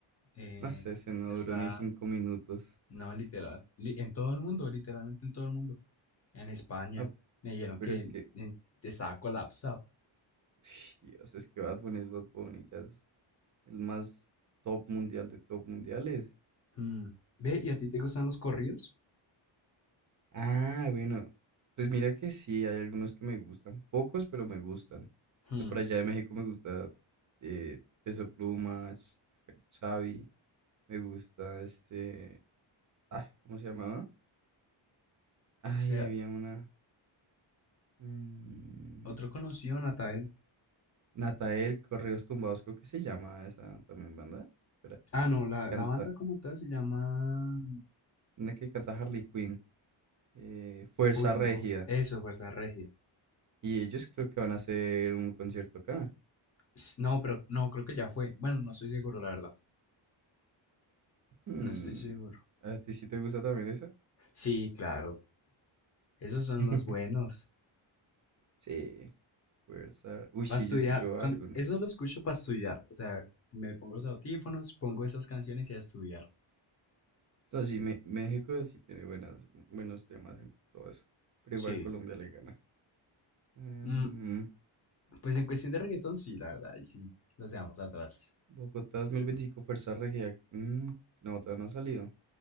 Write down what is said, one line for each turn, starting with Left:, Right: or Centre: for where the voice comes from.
Left: eh,
Right: No sé, se no
Left: ya
Right: duró
Left: está,
Right: ni cinco minutos.
Left: no, literal, li- en todo el mundo, literalmente en todo el mundo. En España,
Right: No,
Left: me dijeron
Right: pero
Left: que
Right: es que,
Left: en- estaba colapsado.
Right: <sighs> Dios, es que Bad Bunny es Bad Bunny, ya es el más top mundial de top mundiales.
Left: Hmm. Ve, ¿y a ti te gustan los corridos?
Right: Ah, bueno, pues mira que sí, hay algunos que me gustan, pocos, pero me gustan.
Left: Hmm.
Right: De por allá de México me gusta eh, Peso Pluma, S- Xavi, me gusta este, ah, ¿cómo se llamaba? Ay,
Left: O sea,
Right: había una, mm,
Left: otro conocido, Natael.
Right: Natael, Correos Tumbados, creo que se llama esa también banda, espera,
Left: Ah, no, la,
Right: que canta,
Left: la banda como tal se llama...
Right: una que canta Harley Quinn, eh, Fuerza
Left: Uy,
Right: Régida,
Left: no, eso, Fuerza Regia.
Right: y ellos creo que van a hacer un concierto acá.
Left: S- No, pero no, creo que ya fue. Bueno, no estoy seguro, la verdad.
Right: Hmm,
Left: No estoy seguro.
Right: ¿A ti sí te gusta también esa?
Left: Sí, claro, esos son
Right: <laughs>
Left: los buenos.
Right: Sí, fuerza. Uy, sí,
Left: Para estudiar,
Right: yo escucho
Left: cuan-
Right: algunas.
Left: eso lo escucho para estudiar. O sea, me pongo los audífonos, pongo esas canciones y a estudiar.
Right: Entonces, sí, Me- México sí tiene buenas, buenos temas en todo eso. Pero
Left: Sí.
Right: igual Colombia le gana. Em,
Left: Mm, pues en cuestión de reggaetón, sí, la verdad, y sí, los dejamos atrás.
Right: Bogotá 2025, Fuerza Regia. mm, no, todavía no ha salido.